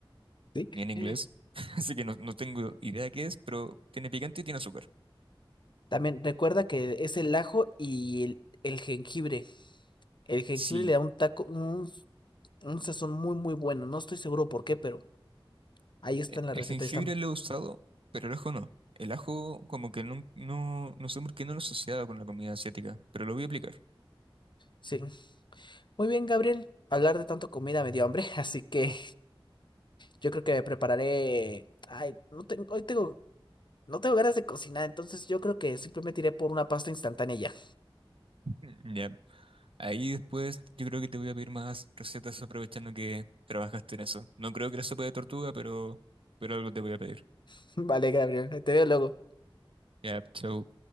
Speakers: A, on the left (about 55°); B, on the right (about 70°).
A: ¿Sí?
B: ni en inglés.
A: Eh.
B: <laughs> Así que no, no tengo idea qué es, pero tiene picante y tiene azúcar.
A: También recuerda que es el ajo y el, el jengibre. El jengibre
B: Sí.
A: le da un taco, un, un sazón muy, muy bueno. No estoy seguro por qué, pero ahí está
B: E-
A: en la
B: El
A: receta.
B: jengibre
A: y Está, mu-
B: lo he usado, pero el ajo no. El ajo como que no, no, no sé por qué no lo asociaba con la comida asiática, pero lo voy a aplicar.
A: sí. Muy bien, Gabriel. Hablar de tanto comida me dio hambre, <laughs> así que yo creo que me prepararé. Ay, no tengo, hoy tengo, no tengo ganas de cocinar, entonces yo creo que simplemente iré por una pasta instantánea y ya.
B: Mm, Ya. Ahí después yo creo que te voy a pedir más recetas aprovechando que trabajaste en eso. No creo que la sopa de tortuga, pero, pero algo te voy a pedir.
A: <laughs> Vale, Gabriel, te veo luego.
B: Ya, chau.